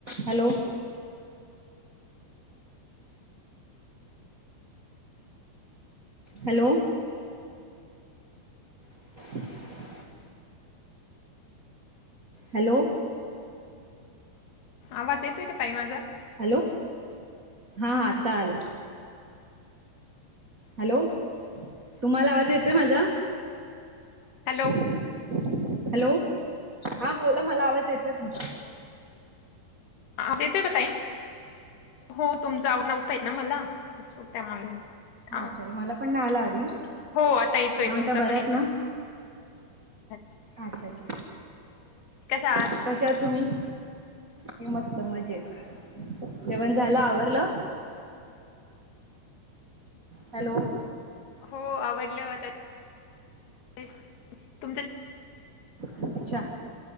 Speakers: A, on the right; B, on the left.
A: Hello. Hello, <inaudible> hello.
B: आवाज येतोय का ताई माझा?
A: हॅलो, हा आता आला. हॅलो, तुम्हाला आवाज येतोय माझा.
B: हॅलो,
A: हॅलो हा बोला मला आवाज येतोय तुमचा.
B: आवाज येतोय का ताई, हो तुमचा आवाज नव्हता येत मला सो त्यामुळे.
A: हा
B: आं
A: अच्छा अच्छा मला पण नाही आला आधी
B: हो आता येतोय
A: काय म्हणता
B: तुमचा
A: बऱ्यात
B: पण येतोय.
A: ना
B: अच्छा,
A: अच्छा अच्छा.
B: आहात?
A: क कशा आहात तुम्ही, मी मस्त मजेत. जेवण झालं आवरलं. हॅलो,
B: हो आवरलं <inaudible> तुमचं
A: अच्छा,